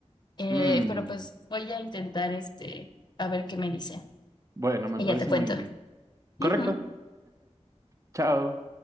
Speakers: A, on the left; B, on the right.
A: Eh,
B: Mm,
A: pero pues voy a intentar este a ver qué me dice
B: bueno, me
A: y
B: parece
A: ya te cuento.
B: muy bien. Correcto.
A: Ujú.
B: Chao.